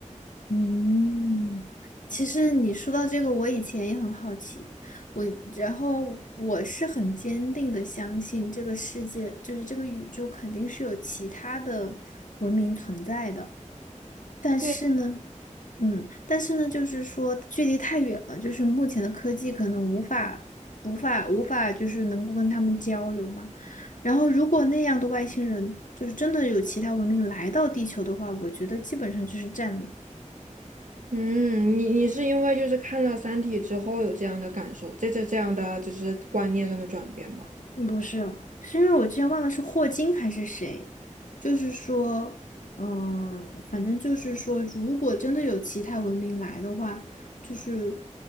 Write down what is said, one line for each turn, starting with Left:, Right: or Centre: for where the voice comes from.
Left: 嗯，其实你说到这个，我以前也很好奇，我然后我是很坚定的相信这个世界，就是这个宇宙肯定是有其他的文明存在的，但是呢，
Right: 对，
Left: 嗯，但是呢，就是说距离太远了，就是目前的科技可能无法无法无法就是能够跟他们交流嘛。然后，如果那样的外星人就是真的有其他文明来到地球的话，我觉得基本上就是占领。
Right: 嗯，你你是因为就是看了《三体》之后有这样的感受，这这这样的就是观念上的转变吗？
Left: 嗯不是，是因为我之前忘了是霍金还是谁，就是说，嗯、反正就是说，如果真的有其他文明来的话，就是，